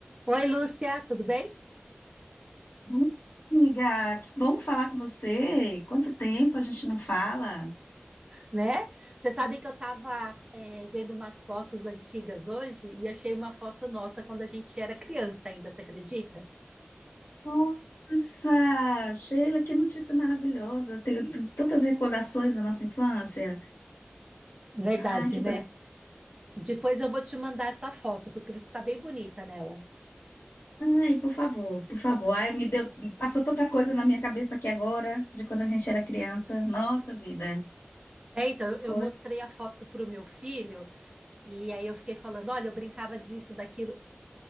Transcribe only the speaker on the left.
Bom, Amiga, que bom falar com você. Quanto tempo a gente não fala?
Nossa, Sheila, que notícia maravilhosa. Tenho t- tantas recordações da nossa infância.
Ai, que
coisa.
Ai, por favor, por favor. Ai, me deu, passou tanta coisa na minha cabeça aqui agora, de quando a gente era criança. Nossa vida.
Coisa...